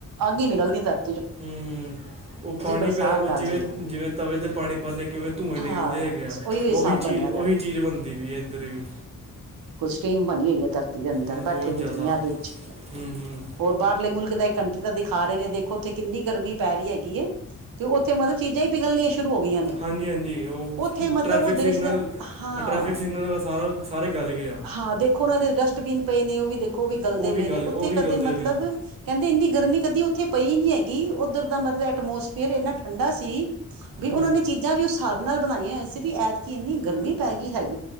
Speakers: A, on the right; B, on the right.
A: ਅੱਗ ਹੀ ਨਿਕਲਦੀ ਏ, ਸਾਰੀ
B: ਹੂੰ-ਹੂੰ। ਓ ਪਾਣੀ
A: ਬਰਸਾਤ
B: ਪੈ, ਓ
A: ਆ
B: ਜਿਵੇਂ-ਜਿਵੇਂ
A: ਜਾਏ
B: ਤਵੇ 'ਤੇ ਪਾਣੀ ਪਾਣੇ ਆ, ਕਿਵੇਂ ਧੂੰਏਂ
A: ਹਾਂ
B: ਨਿਕਲਦੇ ਹੈਗੇ
A: ਬਸ
B: ਆ।
A: ਉਹੀਓ ਹਿਸਾਬ
B: ਓਹੀ ਚੀਜ਼,
A: ਬਣਿਆ ਦਾ
B: ਓਹੀ ਚੀਜ਼ ਬਣਦੀ ਵੀ ਹੈ, ਇੱਧਰ ਵੀ
A: ਸਕਟੀਮ ਬਣੀ ਹੋਈ ਹੈ, ਧਰਤੀ ਦੇ ਅੰਦਰ
B: ਹਾਂ, ਬਹੁਤ
A: ਬੈਠੇ ਦੀ
B: ਜ਼ਿਆਦਾ
A: ਦੁਨੀਆਂ ਵਿੱਚ,
B: ਹੂੰ ਹੂੰ
A: ਹੋਰ ਬਾਹਰਲੇ ਮੁਲਕ ਦਾ ਕੰਟਰੀ ਦਾ ਦਿਖਾ ਰਹੇ ਨੇ ਦੇਖੋ, ਓਥੇ ਕਿੰਨੀ ਗਰਮੀ ਪੈ ਰਹੀ ਹੈਗੀ ਹੈ, ਤੇ ਓਥੇ ਮਤਲਬ ਚੀਜ਼ਾਂ ਹੀ ਪਿਘਲਣੀਆਂ। ਸ਼ੁਰੂ ਹੋ ਗਈਆਂ ਨੇ,
B: ਹਾਂਜੀ ਹਾਂਜੀ ਉਹ
A: ਓਥੇ ਮਤਲਬ
B: ਟ੍ਰੈਫਿਕ
A: ਓ
B: ਸਿਗਨਲ
A: ਦੇਸ਼ ਦੇ, ਹਾਂ
B: ਟ੍ਰੈਫਿਕ ਸਿਗਨਲ ਦਾ ਸਾਰਾ ਸਾਰੇ ਗਲ ਗਏ ਆ
A: ਹਾਂ, ਦੇਖੋ ਓਨਾਂ ਦੇ ਡਸਟਬੀਨ ਪਏ ਨੇ, ਓ ਵੀ ਦੇਖੋ ਓ ਵੀ ਗਲਦੇ
B: ਉਹ
A: ਪਏ
B: ਗਲ
A: ਨੇ, ਓਥੇ
B: ਉਹ ਵੀ
A: ਕਦੇ
B: ਗਲਦੇ
A: ਮਤਲਬ
B: ਪਏ ਨੇ
A: ਕੈਹਦੇ, ਏਨੀ ਗਰਮੀ ਕਦੀ ਓਥੇ ਪਈ ਨੀ ਹੈਗੀ, ਉੱਧਰ ਦਾ ਮ ਦਾ ਐਟਮੋਸਫੀਅਰ, ਏਨਾ ਠੰਢਾ ਸੀ ਵੀ
B: ਹਮ,
A: ਉਹ ਨੇ ਚੀਜ਼ਾਂ ਜਾਂ ਵੀ, ਓ ਸਾਬ ਨਾਲ ਬਣਾਈਆਂ ਹੋਈਆਂ ਸੀ, ਵੀ ਐਤਕ ਏਨੀ ਗਰਮੀ ਪੈ ਗਈ ਹੈਗੀ। ਹੈ